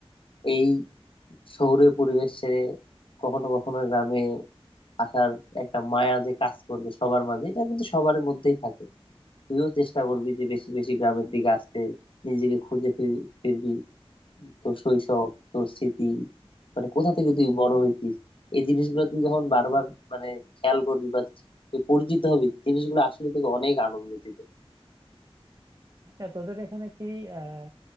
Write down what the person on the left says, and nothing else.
এই শহুরে পরিবেশ ছেড়ে কখনো কখনো গ্রামে আসার একটা মায়া যে কাজ করবে সবার মাঝে এটা কিন্তু সবার মধ্যেই থাকে তুইও চেষ্টা করবি যে বেশি বেশি গ্রামের দিকে আসতে নিজেকে খুঁজে ফির- ফিরবি তোর শৈশব তোর স্মৃতি মানে কোথা থেকে তুই বড় হইতিস এই জিনিসগুলো তুই যখন বারবার মানে খেয়াল করবি বা তুই পরিচিত হবি জিনিসগুলো আসলে তোকে অনেক আনন্দ দিবে